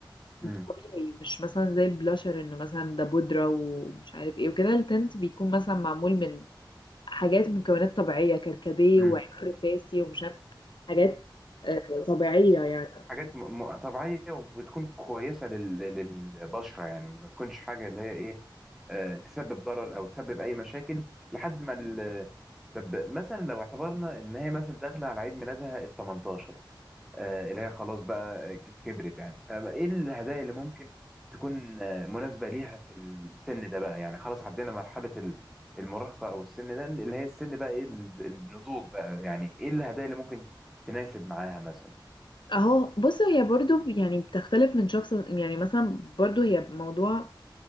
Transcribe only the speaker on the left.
طبيعي مش مثلا زي البلاشر انه مثلا ده بودره ومش عارف ايه وكده التنت بيكون مثلا معمول من حاجات مكونات طبيعيه كركديه
وعكر
فاسي ومش عارف حاجات آه، طبيعيه يعني فاهم؟
اهو بص هي برضو يعني بتختلف من شخص يعني مثلا برضو هي موضوع